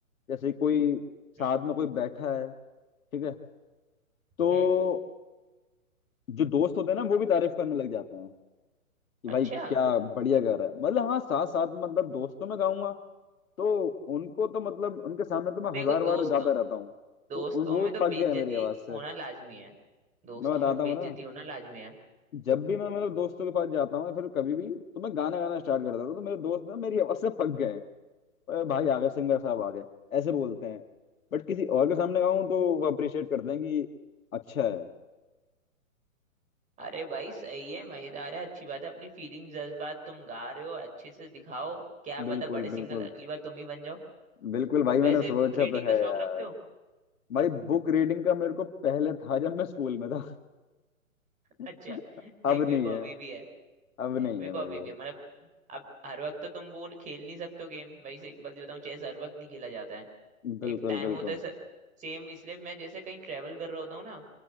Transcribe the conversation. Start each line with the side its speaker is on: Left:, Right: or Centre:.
Left: जैसे कोई
Right: हम्म
Left: साथ में कोई बैठा है ठीक है तो
Right: हम्म
Left: जो दोस्त होते हैं ना वो भी तारीफ करने लग जाते हैं कि
Right: अच्छा
Left: भाई क्या बढ़िया गा रहा है मतलब हाँ साथ साथ मतलब दोस्तों में गाऊंगा तो उनको तो मतलब उनके सामने तो मैं
Right: देखो
Left: हजार
Right: दोस्तों
Left: बार गाता रहता हूँ
Right: दोस्तों
Left: तो उन- वो
Right: में तो
Left: पक
Right: बेइज्जती
Left: गए हैं मेरी आवाज से
Right: होना लाजमी है दोस्तों
Left: मैं बताता
Right: में बेइज्जती
Left: हूँ ना
Right: होना लाजमी है
Left: जब भी मैं मतलब दोस्तों के पास जाता हूँ या फिर कभी भी तो मैं गाना गाना स्टार्ट कर देता हूँ तो मेरे दोस्त ना मेरी आवाज से पक गए अरे भाई आ गए सिंगर साहब आ गए ऐसे बोलते हैं बट किसी और के सामने गाऊं तो वो अप्रिशिएट करते हैं कि अच्छा है
Right: अरे भाई सही है मजेदार है अच्छी बात है अपनी फीलिंग्स जज्बात तुम गा रहे हो अच्छे से दिखाओ क्या
Left: बिल्कुल
Right: पता बड़े सिंगर
Left: बिल्कुल
Right: अगली बार तुम ही बन जाओ
Left: बिल्कुल भाई मैंने
Right: वैसे
Left: सोचा
Right: बुक रीडिंग
Left: तो है
Right: का शौक
Left: यार
Right: रखते हो
Left: भाई बुक रीडिंग का मेरे को पहले था जब मैं स्कूल में था <laughs>
Right: अच्छा
Left: अब
Right: नहीं मेरे
Left: नहीं
Right: को
Left: है
Right: अभी भी है
Left: अब नहीं
Right: मेरे
Left: है
Right: को
Left: मेरे
Right: अभी
Left: को
Right: भी है। मतलब अब हर वक्त तो तुम वो खेल नहीं सकते हो गेम भाई सिंपल सी बताऊं चेस हर वक्त नहीं खेला जाता है
Left: बिल्कुल
Right: एक टाइम
Left: बिल्कुल
Right: होता है सर सेम इसलिए मैं जैसे कहीं ट्रेवल कर रहा होता हूँ ना